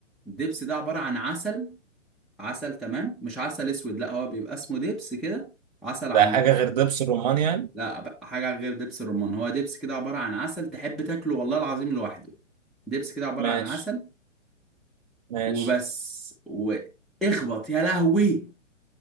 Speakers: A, in the centre; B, on the right.
A: الدبس ده عباره عن عسل عسل تمام مش عسل اسود لا هو بيبقى اسمه دبس كده عسل عن
B: ده حاجة غير دبس الرمان يعني
A: لا بقى حاجه غير دبس الرمان هو دبس كده عباره عن عسل تحب تاكله والله العظيم لوحده دبس كده عباره
B: ماشي
A: عن عسل
B: ماشي
A: وبس واخبط يا لهوي